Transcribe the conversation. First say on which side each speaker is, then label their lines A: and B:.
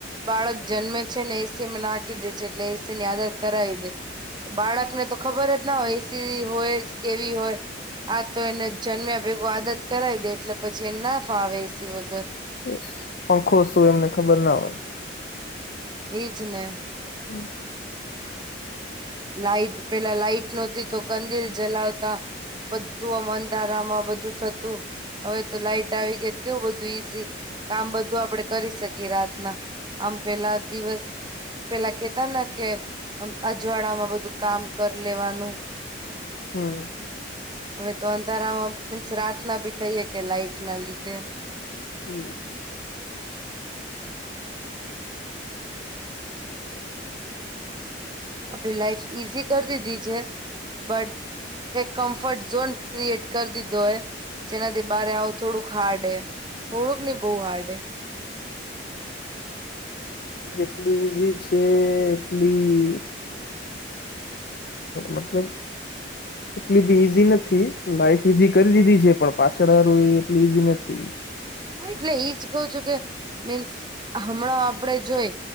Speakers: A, on the right; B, on the left.
A: બાળક જન્મે છે ને એસીમાં નાખી દે છે એટલે એસી ની આદત કરાવી દે. બાળકને તો ખબર જ ના હોય એસી હોય કેવી હોય. આ તો એને જન્મ્યા ભેગું આદત કરાવી દે એટલે પછી એ ના ફાવે એસી વગર.
B: સ પંખો શું એમને ખબર ના હોય.
A: એજ ને.
B: હમ.
A: લાઈટ પેલા લાઈટ નહોતી તો ગંદિલ જલાવતા. બધું અમંધારામાં બધું થતું. હવે તો લાઈટ આવી ગઈ કેવું બધું ઈઝી કામ બધું આપડે કરી શકીએ રાતના. આમ પેલા દિવસ પેલા કેતા ને કે ઉજવાડા માં બધું કામ કરી લેવાનું.
B: હમ.
A: હવે તો અંધારામાં મીન્સ રાતના બી થઈ કે લાઈટ ના લીધે.
B: હમ.
A: આપણી લાઈફ ઈઝી કરી દીધી છે બટ. એક કમ્ફર્ટ ઝોન ક્રિએટ કરી દીધો એ. જેનાથી બારે આવું થોડુંક હાર્ડ હે થોડુંક ની બહુ હાર્ડ હે.
B: જેટલી ઈઝી છે એટલી મતલબ.
A: <inaudible>
B: એટલી બી ઈઝી નથી લાઈફ ઈઝી કરી દીધી છે પણ પાછળું એ એટલી ઈઝી નથી.
A: હા એટલે એઈજ કઉ છું કે મીન્સ હમણાં આપડે જોઈ